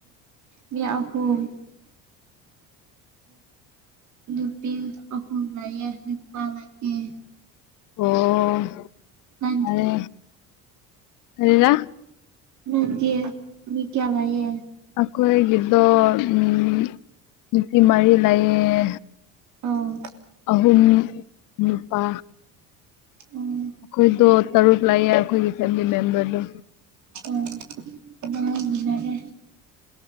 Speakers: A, on the right (about 55°); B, on the left (about 65°).
A: ꯃꯌꯥꯝ ꯈꯨꯨ ꯅꯨꯄꯤ ꯑꯍꯨꯝ ꯂꯥꯛꯑꯦ ꯅꯨꯄꯥ ꯂꯥꯛꯑꯦ
B: ꯑꯣ
A: ꯃ
B: ꯐꯔꯦ ꯀꯔꯤꯔꯥ
A: ꯃꯪꯒꯤ ꯃꯤ ꯀꯌꯥ ꯥꯏꯌꯦ
B: ꯑꯩꯈꯣꯏꯒꯤꯗꯣ ꯅꯨꯅꯨꯡꯄꯤ ꯃꯔꯤ ꯂꯩꯥꯏꯌꯦ
A: ꯑ
B: ꯑꯍꯨꯝ ꯅꯨꯄꯥ
A: ꯎꯝ
B: ꯑꯩꯈꯣꯏꯗꯣ ꯇꯔꯨꯛ ꯂꯥꯛꯑꯦ ꯑꯩꯈꯣꯏꯒꯤ ꯐꯦꯃꯤꯂꯤ ꯃꯦꯝꯕꯔꯗꯣ
A: ꯎꯝ ꯑ ꯖꯔꯦ